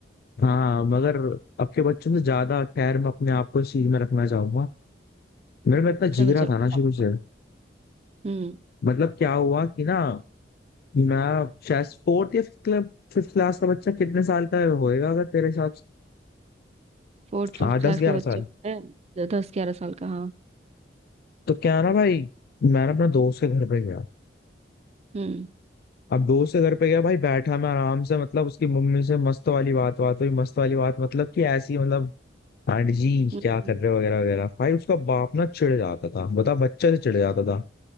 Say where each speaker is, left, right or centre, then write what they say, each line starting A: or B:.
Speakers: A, on the left; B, on the right.
A: हाँ मगर अब के बच्चों से ज्यादा खैर मैं अपने आप को इस चीज में रखना चाहूंगा मेरे में इतना जिगरा
B: चलो चलो
A: था ना शुरू
B: अब
A: से
B: तो। हम्म
A: मतलब क्या हुआ कि ना मैं शायद फोर्थ या फिफ्थ क्लब फिफ्थ क्लास का बच्चा कितने साल का होएगा अगर तेरे हिसाब से
B: फोर्थ फिफ्थ
A: हाँ दस
B: क्लास
A: ग्यारह
B: के
A: साल
B: बच्चे होते हैं, द- दस ग्यारह साल का हाँ
A: तो क्या ना भाई मैंने अपने दोस्त के घर पे गया
B: हम्म
A: अब दोस्त के घर पे गया भाई बैठा मैं आराम से मतलब उसकी मम्मी से मस्त वाली बात बात हुई मस्त वाली बात मतलब कि ऐसी मतलब आंटी जी
B: हम्म,
A: क्या कर
B: हम्म।
A: रहे हो वगैरह वगैरह भाई उसका बाप ना चिढ़ जाता था बता बच्चे से चिढ़ जाता था